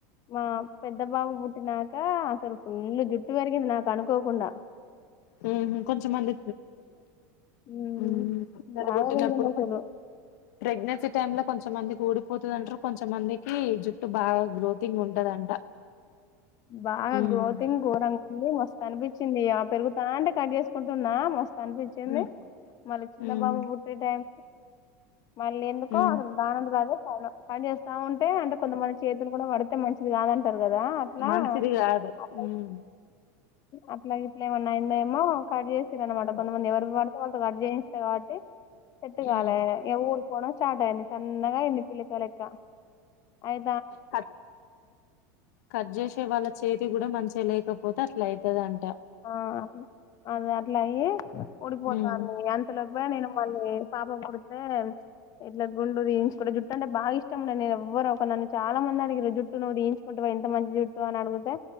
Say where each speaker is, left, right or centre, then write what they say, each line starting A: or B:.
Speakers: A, on the left; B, on the left.
A: మా పెద్ద బాబు పుట్టినాక అసలు ఫుల్లు జుట్టు పెరిగింది నాకు అనుకోకుండ
B: హ్మ్ కొంచెం మంది
A: మ్మ్
B: ఊ యాడుపుట్టినప్పుడు
A: బాగా పెరిగింది అసలు
B: కొంచె ప్రెగ్నెన్సీ టైమ్ లో కొంచమందికి ఊడిపోతదంటరు కొంచమందికి జు అ గ్రోతింగ్ ఉంటదంట
A: బాగా
B: ఉమ్
A: గ్రోతింగ్ గోరంగా ఉంది మస్తు అనిపించింది ఇగ పెరుగుతంటే కట్ చేసుకుంటున్నా మస్తు అనిపించింది
B: ఉమ్
A: మళ్ళీ చిన
B: ఉమ్
A: బాబు పుట్టే టైం మళ్ళీ ఎందుకో
B: ఉమ్
A: అసలు దానంత అదే పౌను కట్ చేేస్తా ఉంటే అంటే కొంతమందికి చేతులు గుడా పడితే మంచిది కాదంటరు గదా అట్లా
B: మంచిది కాదు
A: <unintelligible> అ
B: ఉమ్
A: అట్ల ఏమన్నా అయింద ఏమో కట్ చేస్తారు అనమాట
B: ఉమ్
A: కొంతమంది ఎవరి పడితే వాళ్ళతో కట్ చేయిస్తా కాబట్టి సెట్టు కాలే
B: ఉమ్
A: ఇగ ఊడి పోడం స్టార్ట్ ఐంది సన్నగా ఐంది పిలకలెక్క అయి
B: క కట్ చేసే వాళ్ళ చేతి గుడా మంచిగ లేకపో పోతె అట్లయితదన్
A: ఆ అట్ల అది అట్లా అయి ఊడిపోతంది
B: ఉమ్
A: అంతలోపె నేను మల్లి పాప పుడితే ఇట్ల గుండు తీయించుకుంట జుట్టు అంటే బాగా ఇష్టముండే నేను ఎవ్వరు ఒక చాలా మంది అడిగిరీ జుట్టు నువు తీయిుంచుకుంటావ ఎంత మంచి జుట్ ఇవ్ అని అడిగుతే